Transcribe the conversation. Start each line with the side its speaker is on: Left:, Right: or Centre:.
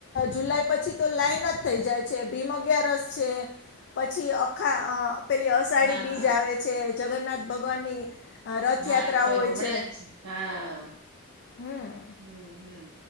Left: જુલાઈ પછી તો લાઈન જ થઈ જાય છે, ભીમ અગિયારસ છે. પછી અખા પેલી અસાઢી
Right: હા.
Left: બીજ આવે છે, જગન્નાથ ભગવાનની આ રથયાત્રા
Right: હા જો
Left: હોય
Right: હમણાં
Left: છે.
Right: હા
Left: હમ
Right: હમ-હમ